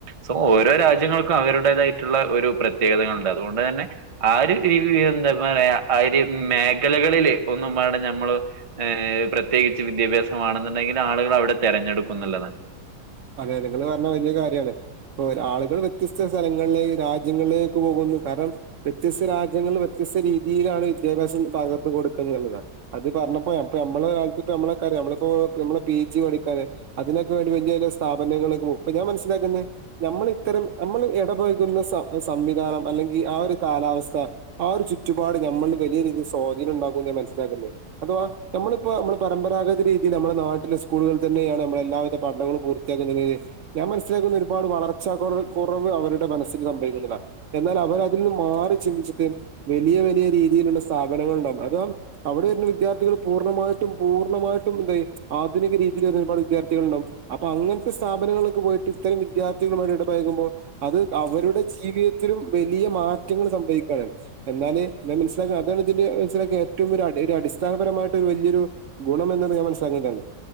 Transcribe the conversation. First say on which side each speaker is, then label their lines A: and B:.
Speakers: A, on the right (about 40°); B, on the right (about 60°).
A: സോ ഓരോ രാജ്യങ്ങൾക്കും അവരുടെ അവര്തായിട്ടുള്ള ഒരു പ്രത്യേകതകൾ ഉണ്ട് അതുകൊണ്ട് തന്നെ ആ ഒരു എന്താ പറയാ ആ മേഖലകളിൽ ഒന്നുവേ ണ്ടാ നമ്മൾ ഹ് പ്രത്യേകിച്ച് വിദ്യാഭ്യാസംമാണെന്നുണ്ടെങ്കിൽ ആളുകൾ അവിടെ തെര ടുക്കുന്നുല്ലതാണ്
B: അതെ നിങ്ങള് പറഞ്ഞ വലിയ കാര്യണ് അപ്പോ ആളുകൾ വ്യത്യസ്ത സ്ഥലങ്ങളില് രാജ്യങ്ങളില് പോകുന്ന കാരണം വ്യത്യസ്ത രാജ്യങ്ങൾ വ്യത്യസ്ത രീതിയിലാണ് വിദ്യാഭ്യാസം പകർന്ന് കൊടുക്ക എന്നുള്ളതാണ് ഇത് പറഞ്ഞപ്പ മ്മളെ കാലത്ത് നമ്മളക്കറിയാം നമ്മളിപ്പോ നമ്മള് പി ജി പഠിക്കാനായിട്ട് അതിനൊക്കെ ഒരു വേണ്ടി വല സ്ഥാപനങ്ങൾ ഇപ്പ ഞാൻ മനസ്സിലാക്കുന്നത് നമ്മൾ ഇത്തരം നമ്മൾ ഇടപഴകുന്ന സംവിധാനം അല്ല ഇ ആ ഒരു കാലാവസ്ഥ ആ ഒരു ചുറ്റുപാട് നമ്മൾ വലിയ രീതിയിൽ സ്വാധീനം ഉണ്ടാകും ന്ന് മനസ്സിലാക്കുന്നെ അഥവാ നമ്മളിപ്പോ നമ്മള പരമ്പരാഗത രീതിൽ നമ്മുടെ നാട്ടിലെ സ്കൂളുകളിൽ തന്നെയാണ് നമ്മള എല്ലാവിധ പഠനങ്ങളും പൂർണ ഞാൻ മനസ്സിലാക്കുന്നത് ഒരുപാട് വളർച്ച കുറവ് അവരുടെ മനസ്സിൽ സംഭവിക്കുന്നതാണ് എന്നാൽ അവർതിന്ന് മാറി ചിന്തിച്ചിട്ട് വലിയ വലിയ രീതിയിലുള്ള സ്ഥാപനങ്ങൾ ഉണ്ടാകാ അഥവാ അവിടെ വരുന്ന വിദ്യാ വിദ്യാർത്ഥികൾ പൂർണ്ണമായിട്ടും പൂർണ്ണമായിട്ടും എന്ത ആധുനിക രീതിയില ഒരുപാട് വിദ്യാർത്ഥികൾ ഉണ്ടാവും അപ്പൊ അങ്ങനെ സ്ഥാപനങ്ങളിലൊക്കെ പോയിട്ട് ഇത്തരം വിദ്യാർത്ഥികളുമായി ഇടപഴകുമ്പോൾ അത് അവരുടെ ജീവിതത്തിലും വലിയ മാറ്റങ്ങൾ സംഭവിക്കാണ് എന്നാല് ഞാൻ മനസ്സിലാക്ക അതാണ് ഇതിന്റെ മനസിലകിയ ഏറ്റവും അടിസ്ഥാന മായിട്ട് ഒരു വലിയൊരു ഗുണം എന്ന്ത് ഞാൻ മനസിലാക്കുന്നതാണ്